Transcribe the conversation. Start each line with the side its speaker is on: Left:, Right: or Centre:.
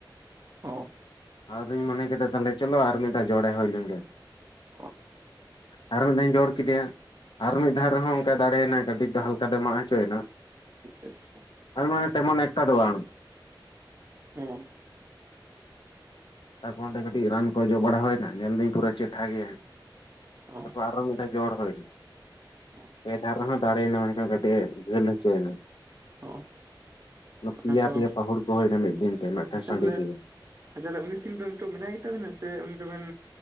Right: ᱦᱚᱸ
Left: ᱟᱨᱦᱚᱧ ᱢᱚᱱᱮ ᱠᱮᱫᱟ ᱛᱟᱞᱦᱮ ᱪᱚᱞᱚ ᱟᱨ ᱢᱤᱫ ᱫᱷᱟᱣ ᱡᱚᱲᱮ ᱦᱩᱭ ᱞᱮᱱ ᱜᱮ
Right: ᱦᱚᱸ
Left: ᱟᱨ ᱢᱤᱜ ᱫᱷᱟᱣ ᱤᱧ ᱡᱚᱲ ᱠᱮᱫᱮᱭᱟ ᱟᱨ ᱢᱤᱫ ᱫᱷᱟᱣ ᱨᱮ ᱦᱚᱸ ᱚᱝᱠᱟᱭ ᱫᱟᱲᱮ ᱮᱱᱟ ᱠᱟᱹᱴᱤᱡ ᱫᱚ ᱦᱟᱞᱠᱟ ᱫᱚᱭ ᱢᱟᱲᱟᱝ ᱚᱪᱚ ᱮᱱᱟ
Right: ᱟᱪᱷᱟ ᱟᱪᱷᱟ
Left: ᱛᱮᱢᱟᱱᱮ ᱛᱮᱢᱟᱱᱮ ᱮᱥᱴᱟᱰᱚᱜᱼᱟ
Right: ᱦᱩᱸ
Left: ᱛᱟᱨᱯᱚᱨ ᱚᱸᱰᱮ ᱠᱟᱹᱴᱤᱡ ᱨᱟᱱ ᱠᱚ ᱡᱚᱢ ᱵᱟᱲᱟ ᱦᱩᱭᱱᱟ ᱧᱮᱞ ᱮᱫᱟᱹᱧ ᱯᱩᱨᱟᱹ ᱪᱮᱴᱷᱟ ᱜᱮᱭᱟ
Right: ᱦᱚᱸ
Left: ᱛᱟᱯᱚᱨᱮ ᱟᱨᱦᱚᱸ ᱢᱤᱫᱴᱮᱡ ᱡᱚᱲ ᱦᱩᱭ ᱮᱱᱟ
Right: ᱦᱚᱸ
Left: ᱯᱮ ᱫᱷᱟᱣ ᱨᱮ ᱦᱚᱸ ᱫᱟᱲᱮ ᱮᱱᱟ ᱢᱮᱱᱠᱷᱟᱱ ᱠᱟᱹᱴᱤᱡ ᱡᱷᱟᱹᱞ ᱦᱚᱪᱚ ᱮᱱᱟ
Right: ᱦᱚᱸ ᱛᱚᱵᱮ
Left: ᱯᱮᱭᱟ
Right: ᱛᱚ
Left: ᱯᱮᱭᱟ ᱯᱟᱹᱦᱩᱲ ᱠᱚ ᱦᱩᱭ ᱮᱱᱟ ᱢᱤᱫ ᱫᱤᱱ ᱛᱮ ᱢᱤᱫᱴᱟᱹᱝ
Right: ᱟᱪᱪᱷᱟ
Left: ᱥᱟᱺᱰᱤ
Right: ᱛᱟᱦᱚᱞᱮ
Left: ᱛᱮ ᱜᱮ
Right: ᱟᱪᱪᱷᱟ ᱩᱱᱤ ᱥᱤᱢ ᱫᱚ ᱱᱤᱛᱚᱜ ᱢᱮᱱᱟᱭ ᱜᱮ ᱛᱟᱵᱤᱱᱟ ᱥᱮ ᱩᱱᱤ ᱫᱚ ᱵᱤᱱ